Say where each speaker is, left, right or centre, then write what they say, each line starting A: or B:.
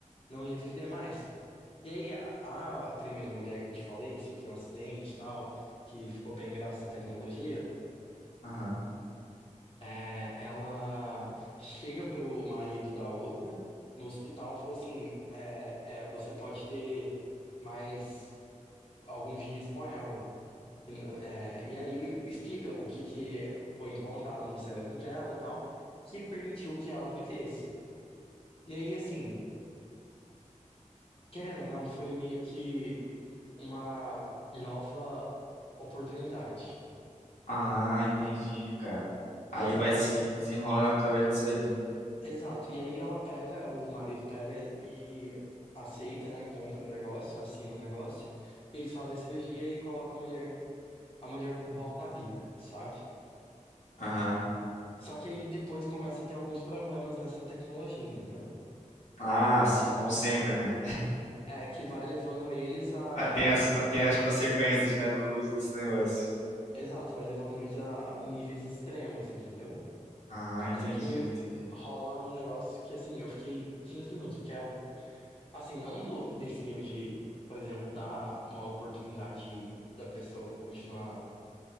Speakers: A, on the left (about 45°); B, on the left (about 65°).
A: não ia viver mais. E aí a, a primeira mulher que eu te falei, que sofreu um acidente e tal, que ficou bem graças à tecnologia,
B: aham.
A: é, ela chega pro marido da outra no hospital, falou assim, é, é, você pode ter mais alguns dias com ela. É, e aí explica o que que foi implantado no cérebro dela e tal, que permitiu que ela vivesse. E aí, assim, querendo ou não, foi meio que uma nova oportunidade.
B: Ah, entendi, cara. Aí
A: Exato.
B: vai se desenrolando através disso aí.
A: Exato. E aí ela pega, o marido pega e aceita, né? Compra o negócio, assina o negócio. E eles fazem a cirurgia e colocam a mulher. A mulher volta à vida, sabe?
B: Aham.
A: Só que aí depois começa a ter alguns problemas nessa tecnologia, entendeu?
B: Ah, sim, como sempre, né?
A: É, que vai levando eles a, a-
B: Ah, Tem as,
A: a-
B: con- tem as consequências, né, do uso desse negócio.
A: Exato, vai levando eles a níveis extremos, entendeu?
B: Ah,
A: Até
B: entendi,
A: que
B: entendi.
A: rola um negócio que, assim, eu fiquei 15 minutos, porque é algo Assim, não do, desse nível de, por exemplo, dar uma oportunidade da pessoa continuar